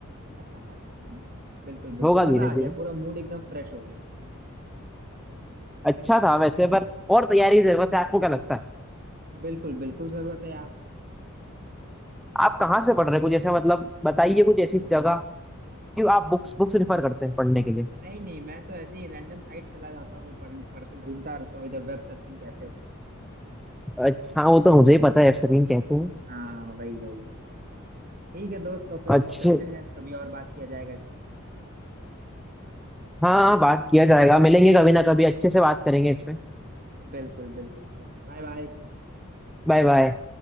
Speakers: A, on the right; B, in the centre.
A: <laughs> बिल्कुल बिल्कुल
B: होगा
A: मजा
B: धीरे
A: आ
B: धीरे
A: गया पूरा मूड एकदम फ्रेश हो गया
B: अच्छा था वैसे पर और तैयारी की जरूरत है आपको क्या लगता है
A: बिल्कुल बिल्कुल जरूरत है यार
B: आप कहाँ से पढ़ रहे हैं कुछ ऐसा मतलब बताइए कुछ ऐसी जगह क्यों आप बुक्स बुक्स रिफर करते हैं पढ़ने के लिए
A: नहीं नहीं मैं तो ऐसे ही रैंडम साइट चला जाता हूँ पढ़ पढ़ता घूमता रहता हूँ इधर वेब सर्फिंग कहते हैं उसे
B: अच्छा वो तो मुझे ही पता है एफसरीन कहते हैं
A: हाँ वही वही ठीक है दोस्त तो फिर
B: अच्छे
A: चलते हैं कभी और बात किया जाएगा इस पर
B: हाँ हाँ, बात किया जाएगा मिलेंगे कभी ना कभी अच्छे से बात करेंगे इसमें
A: बिल्कुल बिल्कुल दोस्त बाय बाय
B: Bye bye